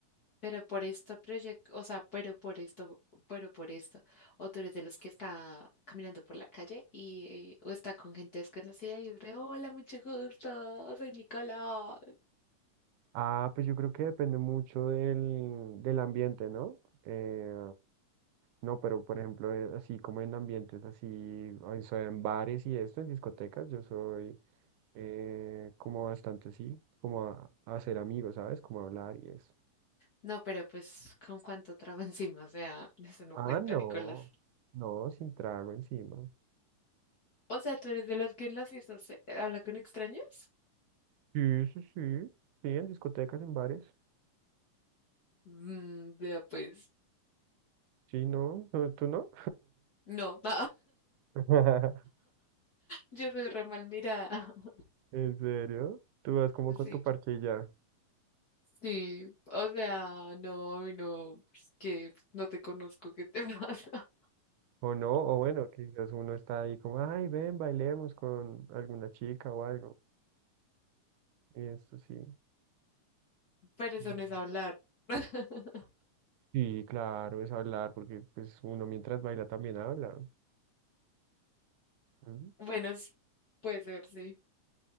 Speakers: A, on the left; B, on the right.
A: Pero por este proyecto, o sea, pero por esto, pero por esto, o tú eres de los que está caminando por la calle y o está con gente desconocida y es re, hola, mucho gusto, soy Nicolás.
B: ah, pues yo creo que depende mucho del, del ambiente, ¿no? Eh, no, pero por ejemplo, eh, así como en ambientes así, o sea, en bares y esto, en discotecas, yo soy eh, como bastante así, como a, a hacer amigos, ¿sabes? Como a hablar y eso.
A: No, pero pues, ¿con cuánto trago <laughs> encima? O sea, eso no cuenta,
B: Ah, no,
A: Nicolás.
B: no, sin trago encima.
A: O sea, ¿tú eres de los que en las fiestas se- habla con extraños?
B: Sí, sí, sí, sí, en discotecas, en bares.
A: Mm, vea, pues,
B: Sí, no, no, ¿tú no?
A: no, <laughs>
B: <laughs>
A: yo soy re mal mirada. <laughs>
B: ¿En serio? ¿Tú vas como con
A: Sí.
B: tu parche y ya?
A: Sí, o sea, no, a mí no, pues, que pues, no te conozco, ¿qué te pasa?
B: O no, o bueno, quizás uno está ahí como, ay, ven, bailemos con alguna chica o algo. Y esto sí.
A: <laughs> Pero eso
B: Mm.
A: no es hablar. <laughs>
B: Sí, claro, es hablar, porque pues uno mientras baila también habla. Ujú.
A: Bueno, s- puede ser, sí.